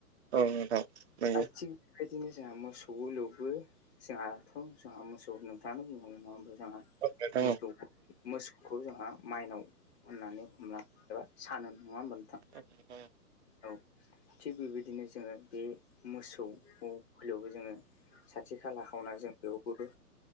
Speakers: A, on the right (about 45°); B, on the left (about 40°).
A: औ नोंथां नंगौ
B: <unintelligible> बेबायदिनो जोंहा मोसौबो लौबो जोंहाथ' जोंहा मोसौ नोंथाङानो बुंखांबाय नङा होमब्ला जोंहा
A: नोंथां
B: मोसौ
A: औ
B: मोसौखौ जोंहा माइनाव होननानै हमना एबा सानो नङा होनबा नोंथां?
A: औ नोंथां
B: औ थिग बेबायदिनो जोङो बे मोसौ <unintelligible> जोङो साथि खाला खावना जों बेयावबो